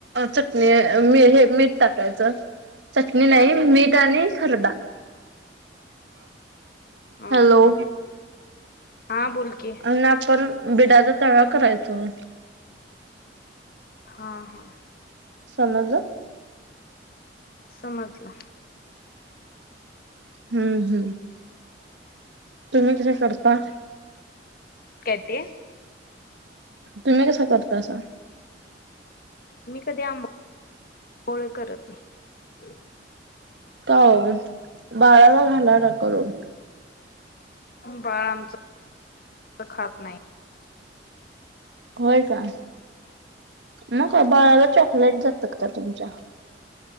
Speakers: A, on the right; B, on the left.
A: चटणीी हे मीठ टाकायचं चटणी नाही मीठ आणि खरड
B: हा
A: हॅलो
B: हा हा बोल की
A: आणि आपण बिडाचा तळा करायचो
B: हा हा
A: समज
B: समजला
A: हम्म हम्म तुम्ही कस करता
B: कती
A: तुम्ही कसा करता असं
B: मी कधी आोळे करत नाही
A: का बाळााला घाला ना करून
B: बाळ आमच खात नाही
A: होय का म काय बाळाला चॉकलेट देतात का तुमच्या